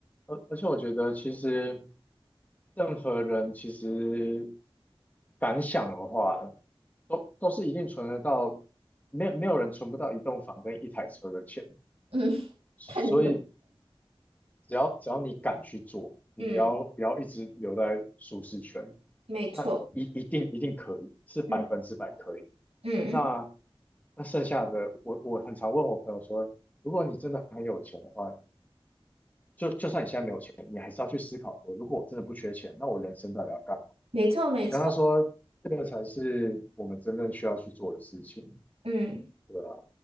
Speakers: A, on the left; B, on the right.
A: 而而且我觉得，其实任何人其实敢想的话，都都是一定存得到，没有没有人存不到一栋房跟一台车的钱，
B: 嗯，
A: 所以
B: 看你怎么，
A: 只要只要你敢去做，你不要不要一直留在舒适圈，
B: 嗯，没错，
A: 那一一定一定可以，是百分之百可以。
B: 嗯嗯，
A: 那那剩下的，我我很常问我朋友说，如果你真的很有钱的话。就就算你现在没有钱，你还是要去思考说，如果我真的不缺钱，那我人生到底要干嘛？
B: 没错没错，
A: 我跟他说，这个才是我们真正需要去做的事情，
B: 嗯，
A: 对啊，